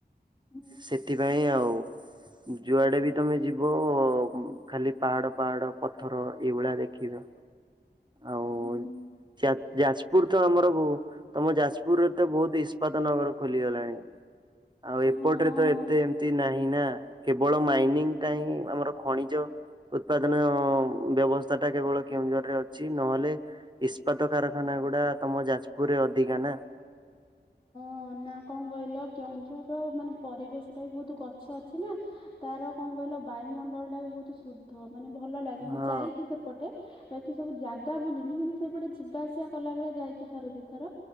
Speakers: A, on the left; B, on the right.
A: ହୁଁ
B: ସେଥିପାଇଁ ଆଉ। ଉଁ ଯୁଆଡେ ବି ତମେ ଯିବ ଉଁ ଖାଲି ପାହାଡ ପାହାଡ ପଥର ଏଇଭଳିଆ ଦେଖିବ। ଆଉ
A: ହୁଁ
B: ଚା ଯାଜପୁର ତ ଆମର ବୁ ତମ ଯାଜପୁରରେ ତ ବୋହୁତ ଇସ୍ପାତ ନଗର ଖୋଲିଗଲାଣି। ଆଉ
A: ହଁ
B: ଏପଟରେ ତ ଏତେ ଏମତି ନାହିଁ ନା କେବଳ ମାଇନିଂଟା ହିଁ ଆମର ଖଣିଜ ଉତ୍ପାଦନ ଉଁ ବ୍ୟବସ୍ଥାଟା କେବଳ କେଉଁଝରରେ ଅଛି ନହେଲେ ଇସ୍ପାତ କାରଖାନାଗୁଡା ତମ ଯାଜପୁରରେ ଅଧିକା ନା।
A: ହଁ ନା କଁ କହିଲ କେଉଁଝରର ମାନେ ପରିବେଶଟା ବି ବୋହୁତୁ ଗଛ ଅଛି ନା। ତାର କଁ କହିଲ ବାୟୁମଣ୍ଡଳଟା ବି ବୋହୁତୁ ଶୁଦ୍ଧ ମାନେ ଭଲ ଲାଗେ
B: ହଁ।
A: ମୁଁ ଯାଇଚି ସେପଟେ ବା କି ସବୁ ଜାଗା ବୁଲିନି କିନ୍ତୁ ସେଇ ପଟେ ଯିବା ଆସିବା କଲାବେଳେ ଯାଇଚି ଥରେ ଦି ଥର